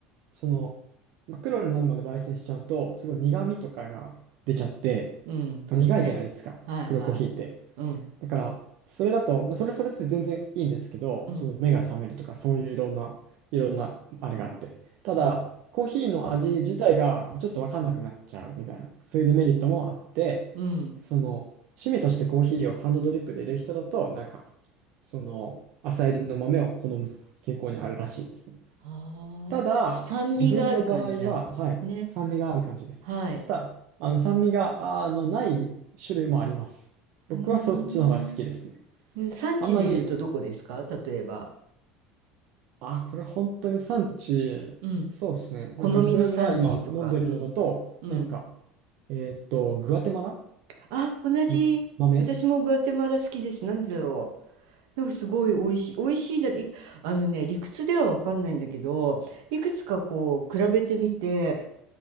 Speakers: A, on the right (about 55°); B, on the right (about 75°).
A: その、まあ黒になるまで焙煎しちゃうと、すごい苦味とかが出ちゃって、
B: うん、そうですね。
A: まあ苦いじゃないですか、
B: はいはい。
A: 黒いコーヒーって。
B: うん、
A: だから、それだと、まあそれはそれって全然いいんですけど、
B: うん、
A: その目が覚めるとか、そういういろんな、いろんなあれがあって。ただ、
B: はい。
A: コーヒーの味自体がちょっとわかんなくなっちゃうみたいな、そういうデメリットもあって、
B: うん。
A: その、趣味としてコーヒーをハンドドリップで入れる人だと、なんか、その、朝入りの豆を好む傾向にあるらしいですね。
B: ああ、
A: ただ、
B: ちょっと酸味がある感じだ。
A: 自分の場合は、はい、
B: ね。
A: 酸味がある感じです。
B: はい。
A: ただ、あの酸味があのない種類もあります。僕はそっちの方が好きですね。
B: うーん、うん産地で言うとどこですか例えば。
A: あんまり、あ、これ本当に産地、
B: うん。
A: そうですね。なんか自分が今飲んでるのだと、
B: 好みの産地とか。うん。うん。
A: なんか、えーっと、グアテマラ
B: あ、同じ。
A: の豆
B: 私もグアテマラ好きです。なんでだろう。なんかすごい美味しい。美味しいなって、いあのね、理屈ではわかんないんだけど、いくつかこう、比べてみて、